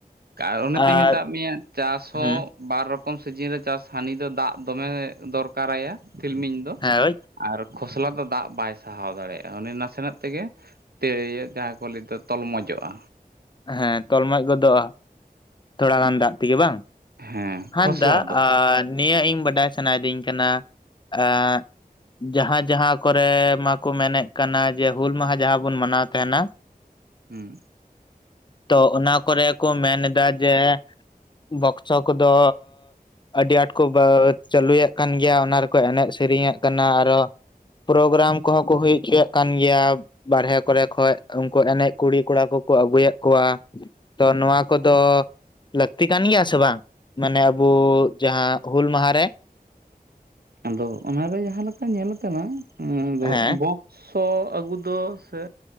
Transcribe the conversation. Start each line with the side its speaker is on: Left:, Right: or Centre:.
Right: ᱠᱟ ᱚᱱᱟ
Left: ᱟᱨ
Right: ᱛᱤᱧ ᱢᱮᱛᱟᱜ ᱢᱮᱭᱟ ᱪᱟᱥ ᱦᱚᱸ
Left: ᱦᱩᱸ
Right: ᱵᱟᱨ ᱨᱚᱠᱚᱢ ᱥᱤᱡᱤᱱ ᱨᱮ ᱪᱟᱥ ᱦᱟᱹᱱᱤ ᱫᱚ ᱫᱟᱜ ᱫᱚᱢᱮ ᱫᱚᱨᱠᱟᱨᱟᱭᱟ ᱛᱤᱞᱢᱤᱧ ᱫᱚ,
Left: ᱦᱮᱸ ᱦᱳᱭ
Right: ᱟᱨ ᱠᱷᱚᱥᱞᱟ ᱫᱚ ᱫᱟᱜ ᱵᱟᱭ ᱥᱟᱦᱟᱣ ᱫᱟᱲᱮᱭᱟᱜᱼᱟ ᱩᱱᱤ ᱱᱟᱥᱮᱱᱟᱜ ᱛᱮᱜᱮ ᱛᱮ ᱤᱭᱟᱹ ᱡᱟᱦᱟᱸ ᱠᱚ ᱞᱮᱫᱚ ᱛᱚᱞᱢᱚᱡᱚᱜᱼᱟ᱾
Left: ᱦᱮᱸ ᱛᱚᱞ ᱢᱚᱡ ᱜᱚᱫᱚᱜᱼᱟ ᱛᱷᱚᱲᱟ ᱜᱟᱱ ᱫᱟᱜ ᱛᱮᱜᱮ ᱵᱟᱝ?
Right: ᱦᱮᱸ᱾
Left: ᱦᱟᱸ
Right: ᱠᱷᱚᱥᱞᱟ
Left: ᱫᱟ
Right: ᱫᱚ
Left: ᱟᱨ ᱱᱤᱭᱟᱹ ᱤᱧ ᱵᱟᱰᱟᱭ ᱥᱟᱱᱟᱭᱤᱫᱤᱧ ᱠᱟᱱᱟ ᱮᱸᱜ ᱡᱟᱦᱟᱸ ᱡᱟᱦᱟᱸ ᱠᱚᱨᱮ ᱢᱟᱠᱚ ᱢᱮᱱᱮᱜ ᱠᱟᱱᱟ ᱡᱮ ᱦᱩᱞ ᱢᱟᱦᱟ ᱡᱟᱦᱟᱸ ᱵᱚᱱ ᱢᱟᱱᱟᱣ ᱛᱟᱦᱮᱸᱱᱟ,
Right: ᱦᱩᱸ
Left: ᱛᱚ ᱚᱱᱟ ᱠᱚᱨᱮ ᱠᱚ ᱢᱮᱱ ᱮᱫᱟ ᱡᱮ ᱵᱚᱠᱥᱚ ᱠᱚᱫᱚ ᱟᱹᱰᱤ ᱟᱸᱴ ᱠᱚ ᱪᱟᱹᱞᱩᱭᱮᱫ ᱠᱟᱱ ᱜᱮᱭᱟ, ᱚᱱᱟ ᱨᱮᱠᱚ ᱮᱱᱮᱡ ᱥᱮᱨᱮᱧᱮᱫ ᱠᱟᱱᱟ, ᱟᱨᱚ ᱯᱨᱚᱜᱨᱟᱢ ᱠᱚᱦᱚᱸ ᱠᱚ ᱦᱩᱭ ᱦᱚᱪᱚᱭᱮᱫ ᱠᱟᱱ ᱜᱮᱭᱟ, ᱵᱟᱨᱦᱮ ᱠᱚᱨᱮ ᱠᱷᱚᱱᱚᱡ ᱩᱱᱠᱩ ᱮᱱᱮᱡ ᱠᱩᱲᱤ ᱠᱚᱲᱟ ᱠᱚᱠᱚ ᱟᱹᱜᱩᱭᱮᱜ ᱠᱚᱣᱟ, ᱛᱚ ᱱᱚᱣᱟ ᱠᱚᱫᱚ ᱞᱟᱹᱠᱛᱤ ᱠᱟᱱ ᱜᱮᱭᱟ ᱥᱮ ᱵᱟᱝ? ᱢᱟᱱᱮ ᱟᱵᱩ ᱡᱟᱦᱟᱸ ᱦᱩᱞ ᱢᱟᱦᱟᱨ ᱨᱮ?
Right: ᱟᱫᱚ ᱚᱱᱟᱨᱮ ᱡᱟᱦᱟᱸ ᱞᱮᱠᱟ ᱧᱮᱞ ᱠᱟᱱᱟ ᱟᱫᱚ
Left: ᱦᱮᱸ
Right: ᱵᱚᱠ ᱥᱚ ᱟᱹᱜᱩ ᱫᱚ ᱥᱮ